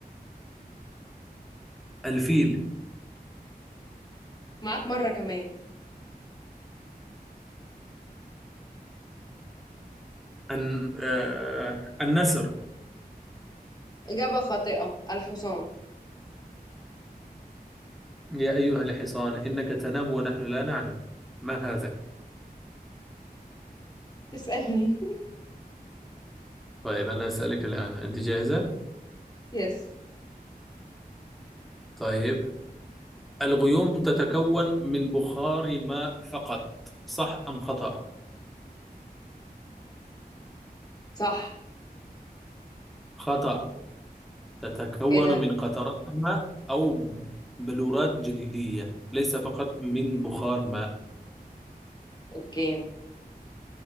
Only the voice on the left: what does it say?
معاك مرة كمان
إجابة خاطئة الحصان
اسألني
<laughs> يس
صح
ايه ده
اوكي